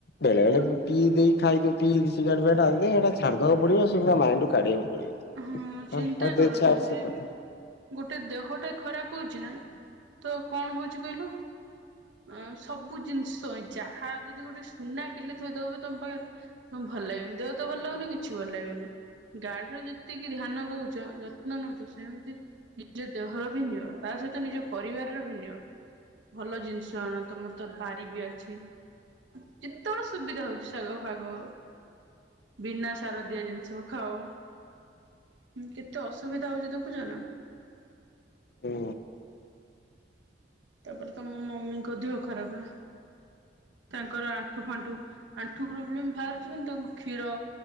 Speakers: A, on the left; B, on the right.
A: ବେଳେବେଳେ
B: ତମ
A: ପିଇ ଦେଇ ଖାଇଦି ସିଗାରେଟ ଫିଗାରେଟ ସେଟା ଛାଡିଦବାକୁ ପଡିବ ମାଇଣ୍ଡୁ କାଢେଇ ଦେବାକୁ ପଡିବ।
B: ହଁ ଚିନ୍ତା
A: ହଁ
B: କର
A: ଦେ ଛାଡ
B: ଯଦି
A: ସେ କଥା
B: ଗୋଟେ ଦେହଟା ଖରାପ ହଉଛି ନା ତ କଣ ହଉଛି କହିଲ। ଅ ସବୁ ଜିନିଷ ଯାହା ଯଦି ଗୋଟେ ସୁନା କିଣିଲେ ଥୋଇଦବ ତମ ପାଖରେ ତେ ଭଲ ଲାଗିବନି ଦେହ ତ ଭଲ ଲାଗୁନି କିଛି ଭଲ ଲାଗିବନି ଗାଡିର ଯଦି ଏତିକି ଧ୍ୟାନ ଦଉଛ ଯତ୍ନ ନଉଛ ସେମିତି ନିଜ ଦେହର ବି ନିଅ ତା ସହିତ ନିଜ ପରିବାରର ବି ନିଅ। ଭଲ ଜିନିଷଣ ତ ମତେ ବାଡ଼ି ବି ଅଛି। ଯେତେବେଳେ ସୁବିଧା ହଉଛି ଶାଗ ଫାଗ। ଭିନା ଶାରଦିଆ ନିମଷ ଖାଅ। କେତେ ଅସୁବିଧା ହଉଛି ଦେଖୁଛ ନା।
A: ହୁଁ।
B: ତାପରେ ତମ ମମିଙ୍କ ଦେହ ଖରାପ ତାଙ୍କର ଆଣ୍ଠୁ ଫାଣ୍ଠୁ। ଆଣ୍ଠୁ ପ୍ରୋବ୍ଲେମ ବାହାରୁଛିିବି ତା କ୍ଷୀର